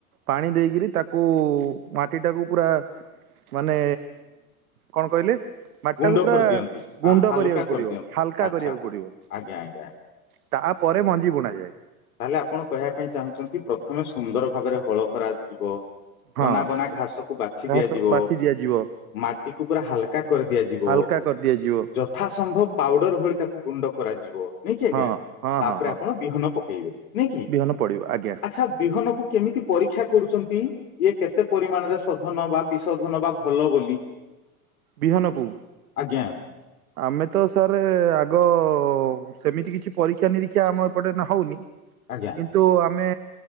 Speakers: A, on the right; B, on the left.
A: ପାଣି ଦେଇକରି ତାକୁ ମାଟି ଟାକୁ ପୁରା ମାନେ କଣ କହିଲେ ମାଟିଟାକୁ
B: ଗୁଣ୍ଡ
A: ପୁରା
B: କରିଦିଅନ୍ତି। ହଁ
A: ଗୁଣ୍ଡ
B: ହାଲୁକା
A: କରିବାକୁ
B: କରିଦିଅନ୍ତି
A: ପଡ଼ିବ ହାଲକା
B: ଆଚ୍ଛା
A: କରିବାକୁ ପଡ଼ିବ।
B: ଆଜ୍ଞା ଆଜ୍ଞା।
A: ତାପରେ ମଞ୍ଜି ବୁଣାଯାଏ।
B: ତାହେଲେ ଆପଣ କହିବା ପାଇଁ ଚାହୁଁଚନ୍ତି ପ୍ରଥମେ ସୁନ୍ଦର ଭାବରେ ହଳ କରାଯିବ
A: ହଁ
B: ଅନାବନା ଘାସକୁ ବାଛି
A: ଘାସ
B: ଦିଆଯିବ
A: ବାଛି ଦିଆଯିବ
B: ମାଟିକୁ ପୁରା ହାଲକା କରିଦିଆଯିବ
A: ହାଲକା କରିଦିଆଯିବ
B: ଯ ଯଥା ସମ୍ଭବ ପାଉଡର ଭଳି ତାକୁ ଗୁଣ୍ଡ କରାଯିବ ନାଇଁକି ଆଜ୍ଞା
A: ହଁ ହଁ
B: ତାପରେ
A: ହଁ ହଁ
B: ଆପଣ ବିହନ ପକେଇଲେ ନାଇଁକି
A: ବିହନ ପଡିବ ଆଜ୍ଞା
B: ଆଚ୍ଛା ବିହନକୁ କେମିତି ପରୀକ୍ଷା କରୁଚନ୍ତି ଇଏ କେତେ ପରିମାଣରେ ସାଧନବା ବିଶୋଧନ ବା ଭଲ ବୋଲି? <inaudible>
A: ବିହନକୁ।
B: ଆଜ୍ଞା।
A: ଆମେତ ସାର୍ ଆଗ ସେମିତି କିଛି ପରୀକ୍ଷା ନିରୀକ୍ଷା ଆମ ଏପଟେ ହଉନି।
B: ଆଜ୍ଞା।
A: କିନ୍ତୁ ଆମେ